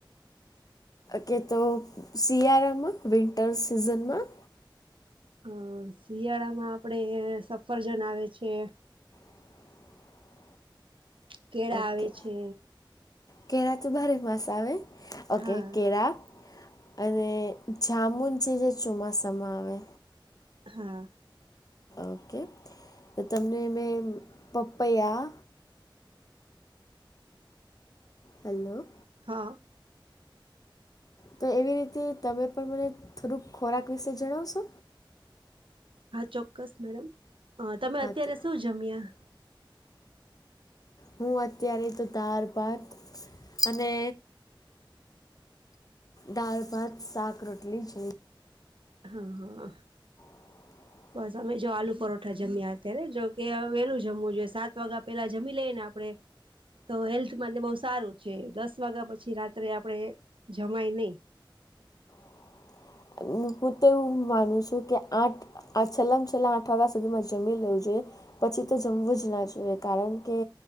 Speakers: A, on the left; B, on the right.
A: કે તો શિયાળામાં વિન્ટર સિઝનમાં
B: હમ શિયાળામાં આપણેે સફરજન આવે છે
A: <inaudible>
B: કેળ
A: ઓકે
B: આવે છે
A: કેળા તો ભારે મસ આવે ઓકે
B: હા
A: કેળા અને જાામુન જે જે ચોમાસામાં આવે
B: હા
A: ઓકે તો તમને મેં પપૈયા હલો
B: હા
A: તો એવી રીતે તમે પણ મને થોડુંક ખોરાક વિશે જણાવશો
B: હા ચોક્કસ મેડમ અ તમે
A: હા
B: અત્યારે
A: તો
B: શું જમ્યા
A: હું અત્યારે તો તાર પાત અને દાલ ભાત શાક રોટલી છે
B: હા હા
A: <inaudible>
B: બસ અમે જો આલુ પરોઠા જમ્યા અત્યારે જો કે વેલું જમવું જોઈએ સાત વાગ્યા પેલા જમી લઈએને આપડે પે તો હેલ્થ માટે બહુ સારું છે દસ વાગ્યા પછી રાત્રે આપડે જમાય નહી
A: <inaudible> હું તો એવું માનું છું કે આઠ છેલ્લા છેલ્લાં આઠ વાગ્યા સુધીમાંરે જમીન લેવું જોઈએ. પછી તો જમવું જ ના જોઈએ કારણ કે